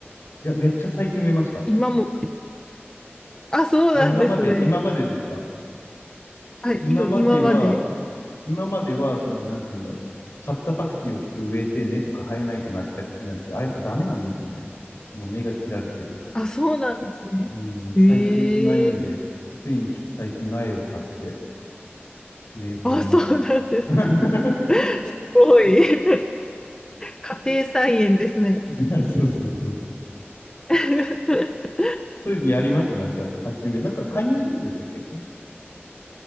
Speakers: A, on the left; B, on the left.
A: や、めっちゃ最近植えました。
B: 今も。あ、そうなんですね。
A: あ、今まで、今までですか
B: あ、
A: 今までは、
B: 今、今まで。
A: 今までは、その、なんて言うんだろう。買ったパクチーをちょっと植えて根とか生えないかなとかやってなって、あれやっぱダメなんですよね。もう根が切られてると。
B: あ、そうなんですね。
A: うん、再生しないんで、
B: ええ
A: ついにちょっと最近苗を買って植えてみました。
B: あ、そうなんですか。
A: <laughs>
B: <laughs> すごい。<laughs> 家庭菜園ですね。
A: そうそうそうそう。
B: <laughs>
A: そういうのやりますなんか、鉢植え。なんか、観葉植物でしたっけ